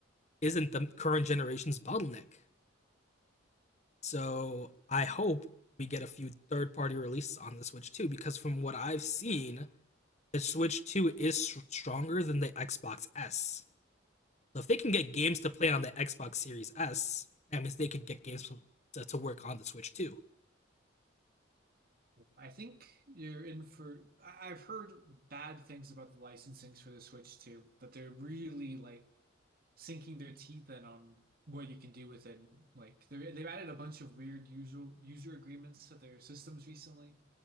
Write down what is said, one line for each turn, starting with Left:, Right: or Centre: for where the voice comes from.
Left: isn't the current generation's bottleneck. So I hope we get a few third party releases on the Switch too, because from what I've seen, the Switch 2 is stronger than the Xbox S. So if they can get games to play on the Xbox Series S, that means they could get games to, to, to work on the Switch Two.
Right: I think you're in for. I- I've heard bad things about the licensings for the Switch too, that they're really like sinking their teeth in on what you can do with it. Like they they've added a bunch of weird user user agreements to their systems recently.